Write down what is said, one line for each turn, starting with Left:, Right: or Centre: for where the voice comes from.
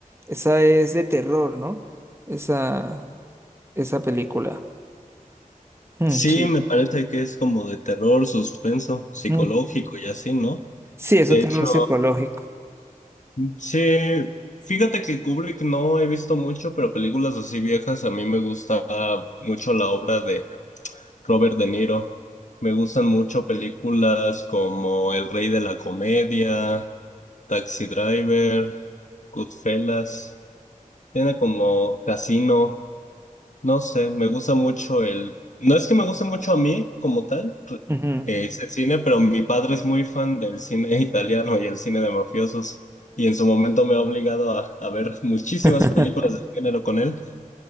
Right: esa es de terror, ¿no? Esa, esa película. Mm,
Left: Sí,
Right: sí.
Left: me parece que es como de terror, suspenso, psicológico
Right: Mm.
Left: y así, ¿no?
Right: Sí,
Left: De
Right: es un terror
Left: hecho.
Right: psicológico.
Left: Sí, fíjate que Kubrick no he visto mucho, pero películas así viejas, a mí me gusta mucho la obra de Robert De Niro. Me gustan mucho películas como El Rey de la Comedia, Taxi Driver, Goodfellas. Tiene como Casino. No sé, me gusta mucho el... No es que me guste mucho a mí como tal, re-
Right: Ujú.
Left: eh, ese cine, pero mi padre es muy fan del cine <laughs> italiano y el cine de mafiosos. Y en su momento me ha obligado a, a ver muchísimas
Right: <laughs>
Left: películas del género con él.